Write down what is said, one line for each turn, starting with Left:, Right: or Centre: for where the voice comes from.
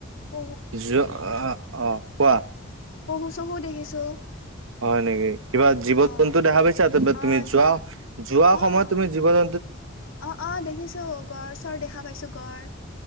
Left: পহু
Right: যোৱা
Left: এ
Right: আহ আহ কোৱা
Left: পহু চহু দেখিছো
Right: হয় নেকি কিবা জীৱ
Left: অ
Right: জন্তু দেখা পাইছা ত
Left: অ
Right: তুমি যোৱা
Left: যি
Right: যোৱা
Left: অ
Right: সময়ত তুমি জীৱ জন্ত
Left: অ অ দেখিছো গড় চৰ দেখা পাইছো গড়